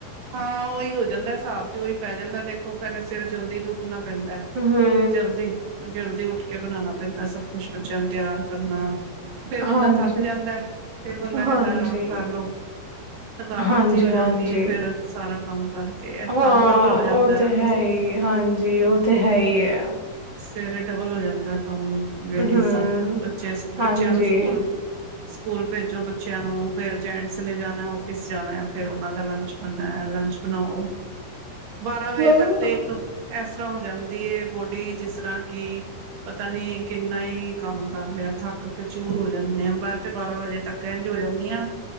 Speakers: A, on the right (about 80°); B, on the right (about 60°).
A: ਹਾਂ ਉਹੀ ਹੋ ਜਾਂਦਾ ਹਿਸਾਬ ਤੇ ਉਹੀ ਪੈ ਜਾਂਦਾ ਦੇਖੋ ਪਹਿਲੇ ਸਵੇਰੇ ਜਲਦੀ ਤੋਂ ਉੱਠਣਾ ਪੈਂਦਾ।
B: ਹੂੰ
A: ਜਲਦੀ, ਜਲਦੀ ਉੱਠ ਕੇ ਬਣਾਉਣਾ ਪੈਂਦਾ ਸਭ ਕੁਛ ਬੱਚਿਆਂ ਨੂੰ ਤਿਆਰ ਕਰਨਾ। ਫੇਰ ਬੰਦਾ
B: ਹਾਂਜੀ।
A: ਥੱਕ ਜਾਂਦਾ, ਫਿਰ ਬੰਦਾ ਕਹਿੰਦਾ
B: ਹਾਂਜੀ,
A: ਆਰਾਮ ਕਰ ਲਓ। ਥਕਾਵਟ
B: ਹਾਂਜੀ-ਹਾਂਜੀ।
A: ਜਿਹੀ ਹੋ ਜਾਂਦੀ ਹੈ ਫੇਰ। ਸਾਰਾ ਕੰਮ ਕਰਕੇ
B: ਹਾਂ,
A: ਕੰਮ ਡਬਲ ਹੋ ਜਾਂਦਾ
B: ਉਹ ਤੇ
A: ਨਾ।
B: ਹੈ ਹੀ ਹਾਂਜੀ ਉਹ ਤੇ ਹੈ ਹੀ ਹੈ।
A: ਸਵੇਰੇ ਡਬਲ ਹੋ ਜਾਂਦਾ ਕੰਮ ਲੇਡੀਜ਼
B: ਹੂੰ,
A: ਦਾ, ਬੱਚੇ
B: ਹਾਂਜੀ।
A: ਬੱਚਿਆਂ ਨੂੰ ਸਕੂਲ ਸਕੂਲ ਭੇਜੋ ਬੱਚਿਆਂ ਨੂੰ ਫੇਰ ਜੈਂਟਸ ਨੇ ਜਾਣਾ ਆਫਿਸ ਜਾਣਾ ਫੇਰ ਉਹਨਾਂ ਦਾ ਲੰਚ ਲੰਚ ਬਣਾਓ। ਬਾਰਾਂ ਵਜੇ
B: ਹੂੰ,
A: ਤੱਕ ਤੇ ਇੱਕ, ਇਸ ਤਰ੍ਹਾਂ ਹੋ ਜਾਂਦੀ ਹੈ ਬੋਡੀ ਜਿਸ ਤਰ੍ਹਾਂ ਕਿ ਪਤਾ ਨੀ ਕਿੰਨਾ ਹੀ ਕੰਮ ਕਰ ਲਿਆ ਥੱਕ ਚੂਰ ਹੋ ਜਾਂਨੇ ਆ ਬਾਹ ਤੇ ਬਾਰਾਂ ਵਜੇ ਤੱਕ ਇੰਝ ਹੋ ਜਾਂਨੀ ਆ